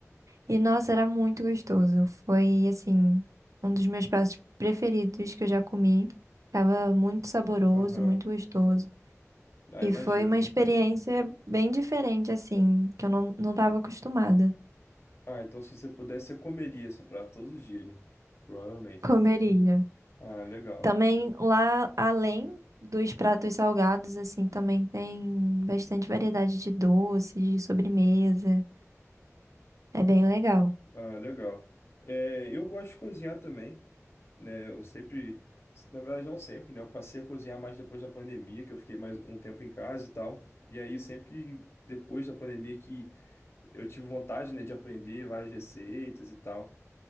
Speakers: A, on the right (about 80°); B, on the left (about 50°).
A: E nossa, era muito gostoso. Foi assim, um dos meus pratos preferidos que eu já comi. Tava muito saboroso,
B: aham.
A: muito gostoso.
B: Ah,
A: E
B: imagino.
A: foi uma experiência bem diferente, assim, que eu não, não estava acostumada.
B: Ah, então se você pudesse, você comeria esse prato todos os dias, né? Provavelmente.
A: <laughs> Comeria.
B: Ah, legal.
A: Também lá, além dos pratos salgados, assim, também tem bastante variedade de doces, de sobremesa. É bem legal.
B: Ah, legal. É, eu gosto de cozinhar também, né? Eu sempre, na verdade não sempre, né? Eu passei a cozinhar mais depois da pandemia, que eu fiquei mais um tempo em casa e tal. E aí sempre que- depois da pandemia que eu tive vontade, né, de aprender várias receitas e tal.